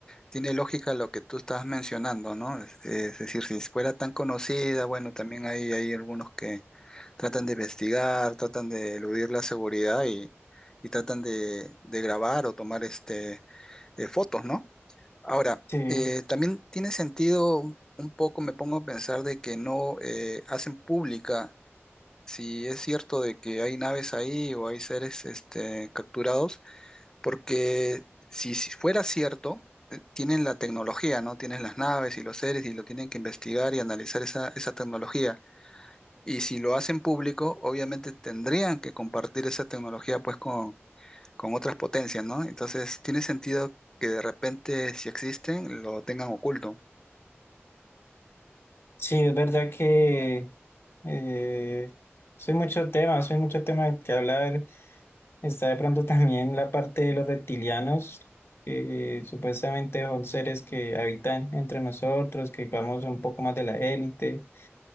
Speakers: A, on the left (about 15°); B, on the left (about 60°).
A: tiene lógica lo que tú estás mencionando, ¿no? Es, es decir, si fuera tan conocida, bueno, también hay, hay algunos que tratan de investigar, tratan de eludir la seguridad y, y tratan de, de grabar o tomar este, eh, fotos, ¿no? Ahora,
B: Sí,
A: eh, también tiene sentido un un poco, me pongo a pensar de que no eh, hacen pública si es cierto de que hay naves ahí o hay seres este, capturados porque si si fuera cierto, eh, tienen la tecnología, ¿no? Tienen las naves y los seres y lo tienen que investigar y analizar esa, esa tecnología. Y si lo hacen público, obviamente tendrían que compartir esa tecnología pues con, con otras potencias, ¿no? Entonces tiene sentido que de repente, si existen, lo tengan oculto.
B: sí, es verdad que eh, soy mucho tema, soy mucho tema que hablar. Está de pronto también la parte de los reptilianos, que supuestamente son seres que habitan entre nosotros, que vamos un poco más de la élite